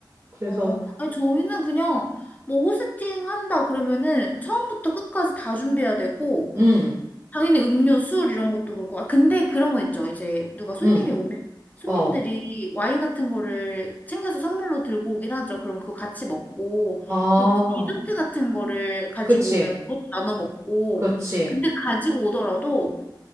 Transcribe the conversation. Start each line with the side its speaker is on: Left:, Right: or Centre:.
Right: 그래서,
Left: 어, 아니, 저희는 그냥 뭐 호스팅 한다 그러면은 처음부터 끝까지 다 준비해야 되고,
Right: 음,
Left: 당연히 음료, 술 이런 것도 그렇고. 아, 근데 그런 거 있죠. 이제 누가 손님이
Right: 음,
Left: 오면 손님들이
Right: 어,
Left: 와인 같은 거를 챙겨서 선물로 들고 오긴 하죠. 그럼 그거 같이 먹고,
Right: 아,
Left: 그리고 뭐 디저트 같은 거를 가지고
Right: 그치,
Left: 오면 그것도 나눠 먹고,
Right: 그렇지,
Left: 근데 가지고 오더라도